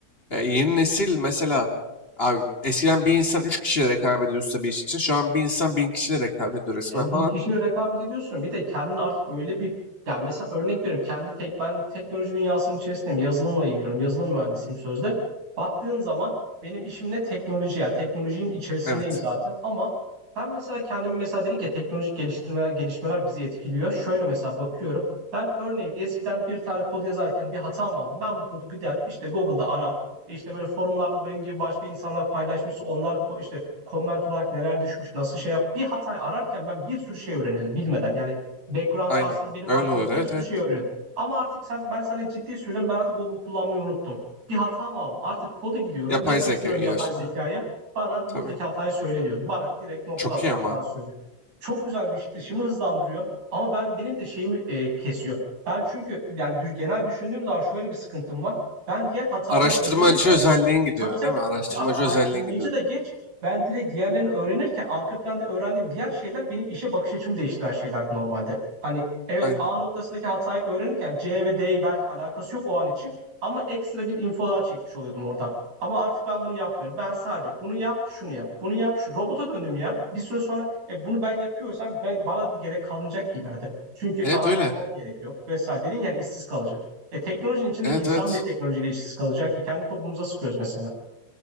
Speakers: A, on the left; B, on the right.
A: E, yeni nesil mesela abi eskiden bir insan 3 kişiyle rekabet ediyorsa bir iş için şu an bir insan 1000 kişiyle rekabet ediyor resmen
B: E,
A: falan.
B: bin kişiyle rekabet ediyorsun. Bir de kendini artık öyle bir ya mesela örnek vereyim kendi tek ben teknoloji dünyasının içerisindeyim. Yazılımla ilgileniyorum. Yazılım mühendisiyim sözde. Baktığın zaman benim işim ne teknoloji yani teknolojinin içerisindeyim
A: Evet,
B: zaten ama ben mesela kendimi mesela dedik ya teknolojik geliştirmeler gelişmeler bizi etkiliyor. Şöyle mesela bakıyorum. Ben örneğin eskiden bir tane kod yazarken bir hata mı aldım? Ben bu kodu gider işte Google'da arar. İşte böyle forumlarda benim gibi başka insanlar paylaşmış. Onlar ko- işte comment olarak neler düşmüş, nasıl şey yap. Bir hatayı ararken ben bir sürü şey öğreniyordum bilmeden. Yani background'da
A: aynen.
B: aslında benim
A: Öyle
B: arkamda
A: oluyordu.
B: bir
A: Evet,
B: sürü
A: evet.
B: şey öğreniyordum. Ama artık sen, ben sana ciddi söylüyorum ben artık Google kullanmayı unuttum. Bir hata mı aldım? Artık kodu gidiyorum,
A: Yapay
B: yapıştırıyorum
A: zeka geliyorsun.
B: yapay zekaya.
A: Evet,
B: Bana
A: tabii.
B: buradaki hatayı söyle diyorum. Bana direkt nokta
A: Çok
B: atışı
A: iyi ama.
B: hatası söylüyor. Çok güzel bir işimi hızlandırıyor. Ama ben benim de şeyimi e, kesiyor. Ben çünkü yani genel düşündüğüm zaman şöyle bir sıkıntım var. Ben diğer hataları
A: Araştırmacı
B: öğrenirken
A: özelliğin gidiyor,
B: Tabii tabii.
A: değil mi? Araştırmacı
B: Ya abi araştırmacı
A: özelliğin gidiyor.
B: da geç. Ben direkt diğerlerini öğrenirken arka planda öğrendiğim diğer şeyler beni işe bakış açımı değiştiren şeylerdi normalde. Hani evet
A: Aynen.
B: A noktasındaki hatayı öğrenirken C ve D'yi belki alakası yok o an için. Ama ekstra bir info daha çekmiş oluyordum oradan. Ama artık ben bunu yapmıyorum. Ben sadece bunu yap, şunu yap, bunu yap, şu robota döndüm ya. Bir süre sonra e, bunu ben yapıyorsam ben, bana bir gerek kalmayacak ki ileride. Çünkü
A: Evet
B: araştırmama
A: öyle.
B: gerek yok vesaire dedin yani işsiz kalacak. E teknolojinin içindeki
A: Evet
B: insan
A: evet.
B: bir teknolojiyle işsiz kalacak ki kendi toplumumuza sıkıyoruz mesela.